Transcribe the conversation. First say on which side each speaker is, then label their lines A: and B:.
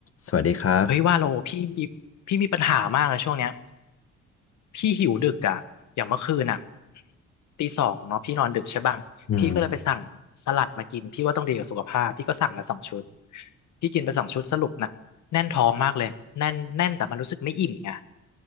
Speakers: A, on the left (about 50°); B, on the left (about 70°).
A: สวัสดีครับ
B: เฮ้ยว่าโลพี่มีพี่มีปัญหามากอะช่วงเนี้ยพี่หิวดึกอะอย่างเมื่อคืนอะตีสองเนาะพี่นอนดึกใช่ป่ะพี่ก็เลยไปสั่งสลัดมากินพี่ว่าต้องดีกับสุขภาพพี่ก็สั่งมาสองชุด
A: อืม
B: พี่กินไปสองชุดสรุปนะแน่นท้องมากเลยแน่นแน่นแต่มันรู้สึกไม่อิ่มไง